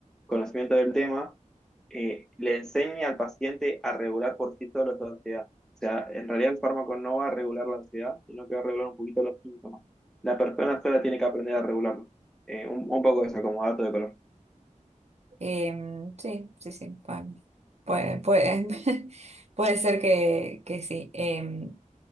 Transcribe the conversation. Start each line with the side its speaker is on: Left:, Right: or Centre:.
Centre: conocimiento del tema, eh, le enseñe al paciente a regular por sí solo su ansiedad. O sea, en realidad el fármaco no va a regular la ansiedad, sino que va a regular un poquito los síntomas. La persona sola tiene que aprender a regularlo. Eh, un, un poco eso como dato de color.
Right: Em, sí, sí, sí. pa- Puede, puede, <laughs> puede ser que, que sí. Em,